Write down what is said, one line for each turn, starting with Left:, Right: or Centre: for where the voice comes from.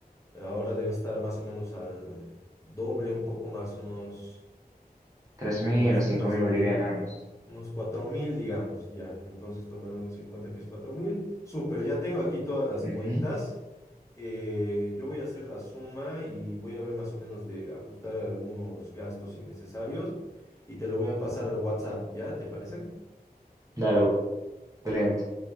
Left: Ahora debe estar más o menos al doble, un poco más, unos...
Right: tres
Left: unos
Right: mil a cinco
Left: tres
Right: mil
Left: mil
Right: bolivianos.
Left: unos 4.000 digamos, ya. Entonces, tomándonos en cuenta que es cuatro mil Súper, ya tengo aquí todas las
Right: Ujú.
Left: cuentas. Eh, yo voy a hacer la suma y voy a ver más o menos de ajustar algunos gastos innecesarios y te lo voy a pasar al WhatsApp, ¿ya? ¿Te parece?
Right: Dale, excelente.